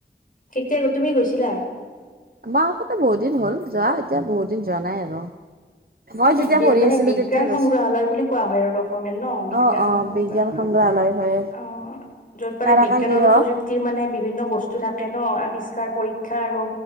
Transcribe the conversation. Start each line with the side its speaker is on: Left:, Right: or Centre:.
Left: কেতিয়া তুমি গৈছিলা?
Right: মাৰ আকতে বহুত দিন হ'ল যোৱা এতিয়া বহুত দিন যোৱা নাই আৰু? মই
Left: এইটো
Right: যেতিয়া
Left: বি
Right: পঢ়ি
Left: মানে
Right: আছিলো
Left: বিজ্ঞান
Right: তেতিয়া গৈছিলো
Left: সংগ্ৰহালয় বুলি কোৱা হয় আৰু অসমীয়াত ন', বিজ্ঞান
Right: অ', অ',
Left: সংগ্ৰহালয়।
Right: বিজ্ঞান হয়।
Left: অ', য'ত পাৰে
Right: তাৰকা
Left: বিজ্ঞান
Right: গৃহ
Left: আৰু প্ৰযুক্তিৰ মানে বিভিন্ন বস্তু থাকে ন আৱিষ্কাৰ পৰীক্ষা আৰু